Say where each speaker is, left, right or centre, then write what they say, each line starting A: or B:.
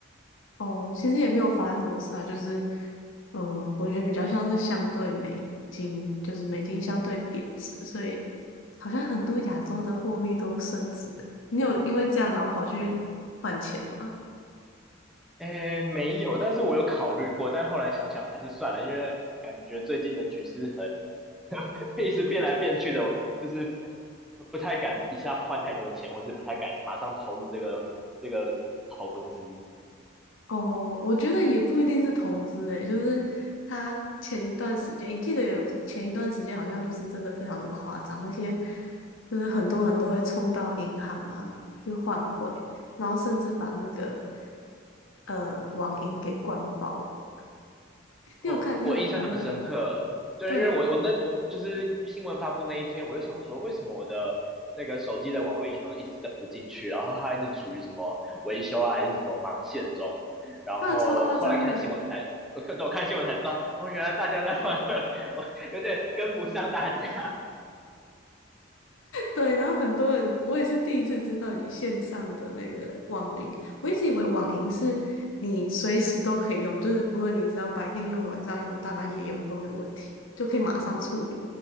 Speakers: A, on the left; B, in the centre.
A: 哦，其实也没有发生什么事啊，就是嗯，我觉得比较像是相对美金，就是美金相对贬值，所以好像很多亚洲的货币都升值了。你有因为这样然后跑去换钱吗？
B: 诶，没有，但是我有考虑过，但后来想想还是算了，因为感觉最近的局势很 <laughs> 一直变来变去的，我就是不不太敢一下换太多钱，或是不太敢马上投入这个这个投资。
A: 哦，我觉得也不一定是投资诶，就是他前一段时间，你记得有前一段时间好像就是真的非常的夸张，那些就是很多人都会冲到银行啊去换汇，然后甚至把那个呃网银给灌爆了。
B: 哦，
A: 你有看？你有发现吗？
B: 我印象很深刻，对，
A: 对，
B: 因为我我那我就是新闻发布那一天，我就想说，为什么我的那个手机的网络银行一直登不进去，然后它一直处于什么维修啊，还是什么忙线中，然后后来看新闻才，
A: 那超夸张的。
B: 我看我看新闻才知道，哦，原来大家在 <laughs> 换汇，<laughs> 我有点跟不上大家，
A: 对，然后很多人，我也是第一次知道你线上的那个网银，我一直以为网银是你随时都可以用，就是不论你是要白天用、晚上用、大半夜用都没有问题，就可以马上处理。